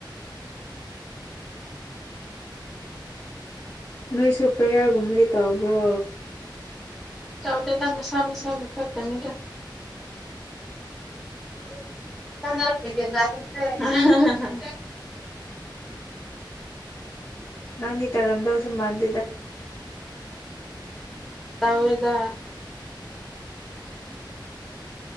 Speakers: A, on the left; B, in the centre.
A: ꯅꯣꯏꯁꯨ ꯄ꯭ꯔꯦꯌꯥꯔꯒꯨꯝꯕꯗꯤ ꯇꯧꯕ꯭ꯔꯣ
B: ꯇꯥꯎꯗꯦꯗ ꯃꯁꯥ ꯃꯁꯥ ꯈꯛꯇꯅꯦꯗ <unintelligible> <unintelligible>
A: ꯅꯪꯗꯤ ꯇꯧꯔꯝꯗꯧꯁꯨ ꯃꯥꯟꯗꯦꯗ
B: ꯇꯧꯋꯦꯗ